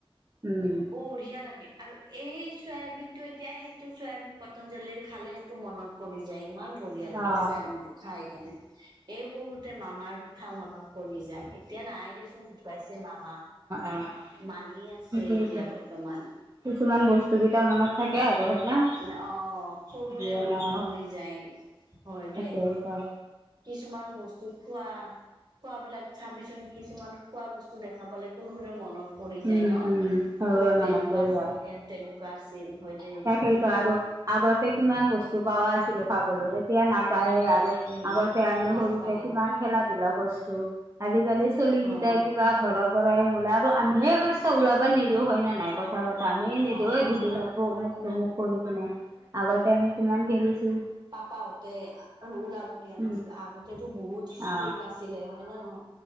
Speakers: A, on the right; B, on the right.
A: উম।
B: বঢ়িয়া লাগে আৰু এই ছয়াবিনটো এতিয়া সেইটো ছয়াবিন পত তঞ্জলিৰ খালে সেইটো মনত পৰি যায় ইমান বঢ়িয়া লাগে
A: অ', অ', অ',
B: ছয়াবিনটো খাই কেনে। এই সৰুতে মামাৰ কথা মনত পৰি যায়। এ এতিয়া নাই দেচোন ঢুকাইছে মামা,
A: অ',
B: মামী আছে
A: সেইটোৱেইটো।
B: এতিয়া বৰ্তমান।
A: কিছুমান বস্তু কেইটা মনত থাকে আৰু হয় না?
B: না অ', সৰুৰে
A: যিয়ে
B: মনত
A: নহওক
B: পৰি যায় হয়
A: তাকে
B: দেই।
A: এটা
B: কিছুমান বস্তু খোৱা খোৱাবিলাক চাবিচোন, কিছুমান খোৱা বস্তু দেখা পালে সৰুৰে মনত পৰি
A: উম,
B: যায় ন!
A: উম, সৰুৰে
B: সৰুতে
A: মনত
B: এনেকুৱা
A: পৰিব
B: আছিল, তে তেনেকুৱা আছিল, হয় দেই।
A: সেইটো আৰু আগতে কিমান বস্তু পাৱা আছিলো খাবলৈ এতিয়া নাপায়ে আ অ,
B: উম
A: আগতে আমিও
B: নাপায়
A: সৰুতে কিমান খেলা-ধুলা কৰছো, আজিকালি ছোৱালীকিতা
B: অ'।
A: কিবা ঘৰৰ পৰাই নোলাই আৰু আমিহে অৱশ্যে ওলাব নিদিও হয় নে নাই কথা পা তা আমি নিদিওঁ,
B: অ',
A: এই
B: অ',
A: ধূলি
B: অ'।
A: লাগব অমুক -
B: না
A: তমুক কৰি কিনে। আগতে আমি কিমান খেলিছো
B: পাপাহতে আ ওলাব দিয়া
A: উম
B: নাছিল, আগতেতো বহুত ষ্ট্ৰিক
A: অ
B: আছ ছিলে হয় নে নহয়?